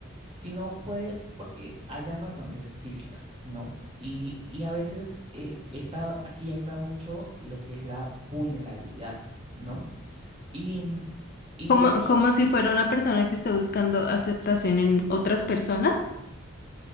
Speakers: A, on the right; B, on the left.
A: sino puede porque hayan razones específicas, ¿no? Y, y a veces eh, esta- aquí entra mucho lo que es la vulnerabilidad, ¿no? Y, mm, y
B: Como,
A: de hecho,
B: como si fuera una persona que esté buscando aceptación en otras personas.